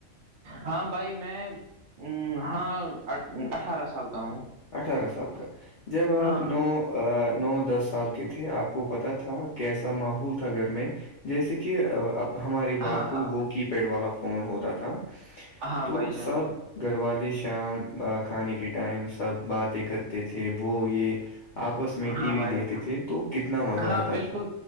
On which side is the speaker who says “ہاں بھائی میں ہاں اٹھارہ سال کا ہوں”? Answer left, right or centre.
Right